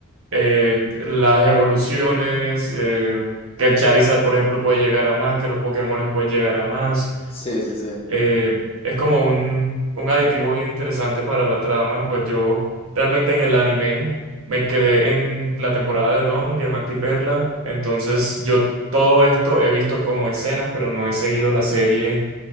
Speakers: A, on the right; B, on the left.
A: eh, las evoluciones, eh, que el Charizard, por ejemplo, puede llegar a más, que los Pokémones pueden llegar a más.
B: Sí, sí, sí.
A: Eh, es como un, un aditivo bien interesante para la trama, pues yo realmente en el anime me quedé en la temporada de Don, Diamante y Perla, entonces yo todo esto he visto como escenas, pero no he seguido la serie